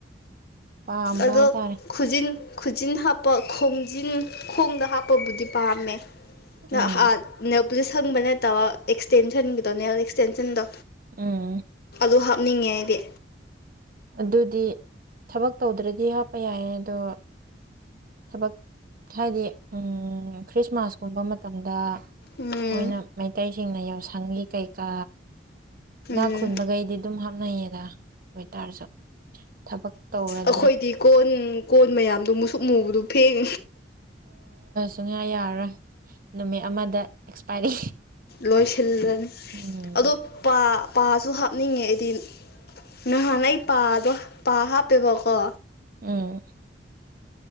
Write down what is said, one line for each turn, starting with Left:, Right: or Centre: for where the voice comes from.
Right: ꯄꯥꯝꯕ
Left: ꯑꯗꯣ
Right: ꯍꯥꯏꯇꯥꯔꯦ
Left: ꯈꯨꯖꯤꯟ ꯈꯨꯖꯤꯟ ꯍꯥꯞꯄ ꯈꯣꯡꯖꯤꯟ ꯈꯣꯡꯗ ꯍꯥꯞꯄꯕꯨꯗꯤ ꯄꯥꯝꯃꯦ
Right: ꯎꯝ
Left: ꯅꯍꯥꯟ ꯑꯗꯨ ꯁꯪꯕ ꯅꯠꯇꯕ ꯑꯦꯛꯁꯇꯦꯟꯁꯟꯒꯤꯗꯧꯅꯦ ꯑꯦꯛꯁꯇꯦꯟꯁꯟꯗꯣ
Right: ꯎꯝ
Left: ꯑꯗꯨ ꯍꯥꯞꯅꯤꯡꯉꯦ ꯑꯩꯗꯤ
Right: ꯑꯗꯨꯗꯤ ꯊꯕꯛ ꯇꯧꯗ꯭ꯔꯗꯤ ꯍꯥꯞꯄ ꯌꯥꯏ ꯑꯗꯣ ꯊꯕꯛ ꯍꯥꯏꯗꯤ ꯈ꯭ꯔꯤꯁꯃꯥꯁꯀꯨꯝꯕ ꯃꯇꯝꯗ
Left: ꯎꯝ
Right: ꯃꯣꯏꯅ ꯃꯩꯇꯩꯁꯤꯡꯅ ꯌꯥꯎꯁꯪꯒꯤ ꯀꯩꯀꯥ ꯏꯅꯥꯛ
Left: ꯎꯝ
Right: ꯈꯨꯟꯕꯈꯩꯗꯤ ꯑꯗꯨꯝ ꯍꯥꯞꯅꯩꯌꯦꯗ ꯇꯥꯔꯁꯨ ꯊꯕꯛ ꯇꯧꯔꯗꯤ
Left: ꯑꯩꯈꯣꯏꯗꯤ ꯀꯣꯟ ꯀꯣꯟ ꯃꯌꯥꯝꯗꯨ ꯃꯨꯁꯨꯛ ꯃꯨꯕꯗꯨꯣ ꯊꯦꯡ
Right: ꯁꯨꯡꯌꯥ ꯌꯥꯔꯔꯣꯏ ꯅꯨꯃꯤꯠ ꯑꯃꯗ ꯑꯦꯛꯁꯄꯥꯏꯔꯤ
Left: ꯂꯣꯏꯁꯤꯜꯂꯅꯤ
Right: ꯎꯝ
Left: ꯑꯗꯣ ꯄ ꯄꯥꯁꯨ ꯍꯥꯞꯅꯤꯡꯉꯦ ꯑꯩꯗꯤ ꯅꯍꯥꯟ ꯑꯩ ꯄꯥꯗꯣ ꯄꯥ ꯍꯥꯞꯄꯦꯕꯀꯣ
Right: ꯎꯝ